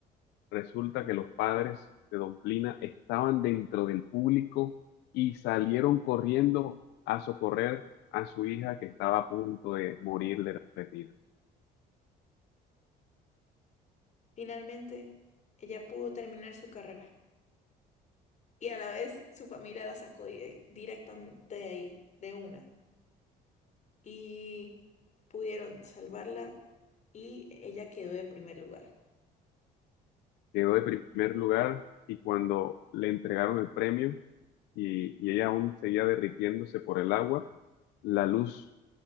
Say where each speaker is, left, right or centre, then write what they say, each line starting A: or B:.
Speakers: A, on the left (about 85°); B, on the left (about 45°).
A: Resulta que los padres de Don Plina estaban dentro del público y salieron corriendo a socorrer a su hija que estaba a punto de morir de retina.
B: Finalmente, ella pudo terminar su carrera y a la vez su familia la sacó di- directamente de ahí, de una, y pudieron salvarla y ella quedó de primer lugar.
A: Quedó de primer lugar y cuando le entregaron el premio y, y ella aún seguía derritiéndose por el agua, la luz